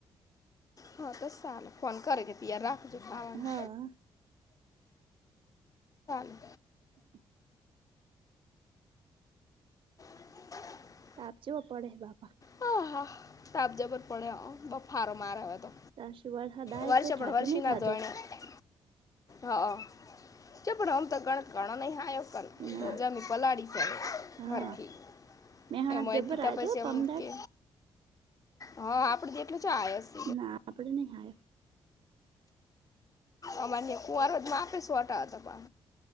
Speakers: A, on the left; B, on the right.
A: હા તો ચાલે ફોન કરે કે તૈયાર રાખજો ખાવાનું.
B: હ હા
A: <inaudible>
B: <inaudible>
A: <inaudible>
B: તાપ ચોવો પડે બાપા.
A: હા હા તાપ જબર પડે હ બફારો મારે હવેતો.
B: તારશું વરસાદ આવે
A: વર્ષે
B: તો ઠાટું
A: પણ વર્ષી
B: નહી
A: ના
B: થતું
A: જોણે એને હા. ચ પણ હમ તો ગણ કર નહી આયો ક
B: ના
A: જમી પલાળી છે,
B: હા
A: હરખી.
B: મેહાણા
A: એમાં
B: જબ્બર
A: એ દીતા
B: આયો
A: પ
B: તો
A: એમ
B: પમદાડ
A: કે હા આપડે જેટલું જ <unintelligible>
B: ના આપડે નહી આયો.
A: અમાર કુંવારવા મા રાતે સુંટા હતા.